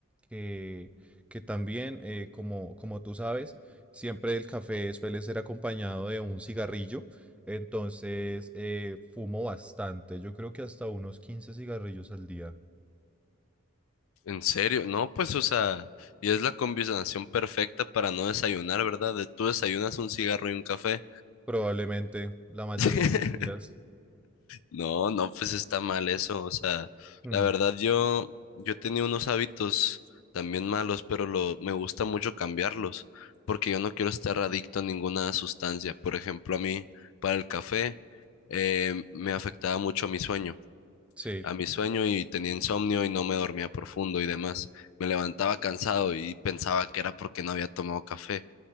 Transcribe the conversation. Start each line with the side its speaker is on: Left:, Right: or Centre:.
Centre: Que, que también, eh, como, como tú sabes, siempre el café suele ser acompañado de un cigarrillo. Entonces, eh, fumo bastante. Yo creo que hasta unos 15 cigarrillos al día.
Left: ¿En serio? No, pues, o sea, y es la combinación perfecta para no desayunar, ¿verdad? De tú desayunas un cigarro y un café.
Centre: Probablemente la mayoría
Left: <laughs>
Centre: de los días.
Left: No, no, pues está mal eso. O sea,
Centre: Mm,
Left: la verdad yo, yo tenía unos hábitos también malos, pero lo, me gusta mucho cambiarlos, porque yo no quiero estar adicto a ninguna sustancia. Por ejemplo, a mí, para el café, eh, me afectaba mucho mi sueño.
Centre: sí,
Left: a mi sueño y tenía insomnio y no me dormía profundo y demás. Me levantaba cansado y pensaba que era porque no había tomado café.